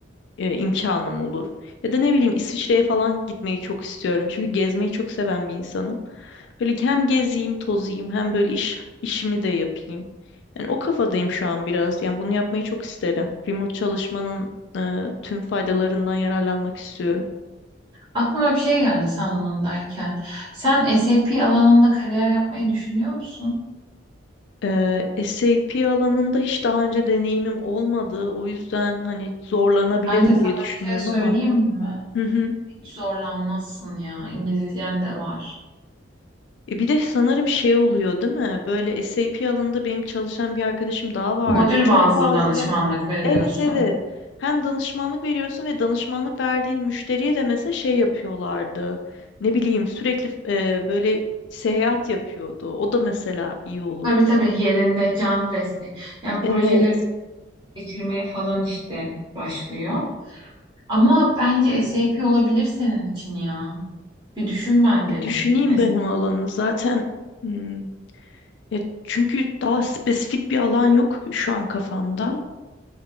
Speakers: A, on the left (about 65°); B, on the right (about 25°).
A: e, imkanım olur. Ya da ne bileyim İsviçre'ye falan gitmeyi çok istiyorum. Çünkü gezmeyi çok seven bir insanım. Böyle hem gezeyim, tozayım hem böyle iş işimi de yapayım. Yani o kafadayım şu an biraz. Yani bunu yapmayı çok isterim. Remote çalışmanın e, tüm faydalarından yararlanmak istiyorum.
B: Aklıma bir şey geldi sen bunu derken. Sen SAP alanında kariyer yapmayı düşünüyor musun?
A: Ee, SAP alanında hiç daha önce deneyimim olmadı. O yüzden hani zorlanabilirim
B: Bence sana
A: diye düşünüyorum
B: bir şey söyleyeyim
A: ama.
B: mi?
A: Hı hı.
B: Hiç zorlanmazsın ya. İngilizcen de var.
A: E bir de sanırım şey oluyor değil mi? Böyle SAP alanında benim çalışan bir arkadaşım daha vardı.
B: Modül
A: Çok
B: bazlı
A: fazla.
B: danışmanlık veriyorsun.
A: Evet evet. Hem danışmanlık veriyorsun ve danışmanlık verdiğin müşteriye de mesela şey yapıyorlardı. Ne bileyim sürekli e, böyle seyahat yapıyordu. O da mesela iyi olur.
B: Tabii tabii yerinde canlı destek. Yani
A: Evet.
B: projeleri geçirmeye falan işte başlıyor. Ama bence SAP olabilir senin için ya. Bir düşün ben
A: Bir
B: derim.
A: düşüneyim
B: Es-
A: ben o alanı. Zaten hmm, Ya çünkü daha spesifik bir alan yok şu an kafamda.